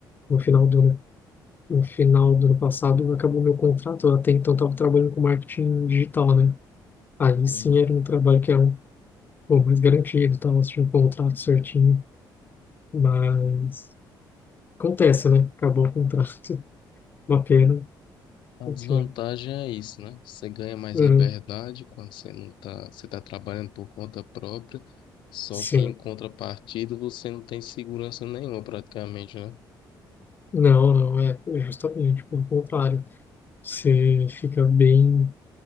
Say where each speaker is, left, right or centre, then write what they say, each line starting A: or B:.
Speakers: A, on the left; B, on the left.
A: No final do ano, no final do ano passado acabou meu contrato, eu até então estava trabalhando com marketing digital, né? Aí sim
B: uhum.
A: era um trabalho que era um pouco mais garantido, tava tinha um contrato certinho, mas acontece, né? Acabou o contrato, <laughs> uma pena,
B: A
A: enfim.
B: desvantagem é isso, né? Você ganha mais
A: Uhum,
B: liberdade quando você não tá, você tá trabalhando por conta própria, só
A: sim.
B: que em contrapartida você não tem segurança nenhuma praticamente, né?
A: Não, não, é é justamente pelo contrário. Você fica bem